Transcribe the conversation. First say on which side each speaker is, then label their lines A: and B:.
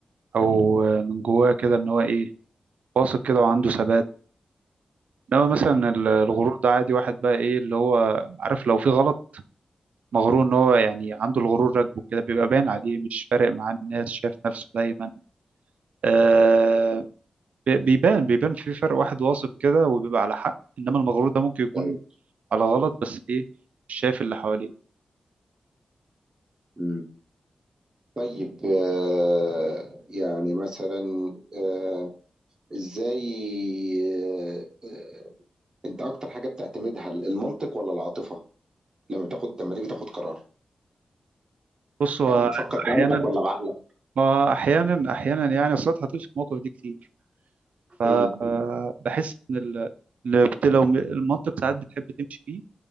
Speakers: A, on the right; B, on the right.
A: او من جواه كده ان هو ايه واثق كده وعنده ثبات انما مثلا ال- الغرور ده عادي واحد بقى ايه اللي هو عارف لو في غلط مغرور ان هو يعني عنده الغرور راكبه كده بيبقى باين عليه مش فارق معاه الناس شايف نفسه دايما آه، بي- بيبان بيبان في فرق واحد واثق كده وبيبقى على حق انما المغرور ده ممكن يكون
B: طيب
A: على غلط بس ايه مش شايف اللي حواليه
B: مم. طيب آه يعني مثلا آه ازاي آه آه، انت اكتر حاجه بتعتمدها المنطق ولا العاطفه لما بتاخد لما تيجي تاخد قرار
A: بص هو
B: يعني بتفكر بقلبك
A: احيانا
B: ولا بعقلك
A: آه، احيانا احيانا يعني اصل أنت هتقف في المواقف دي كتير فبحس
B: امم
A: ان ال... ال- بت- لو م- المنطق ساعات بتحب تمشي فيه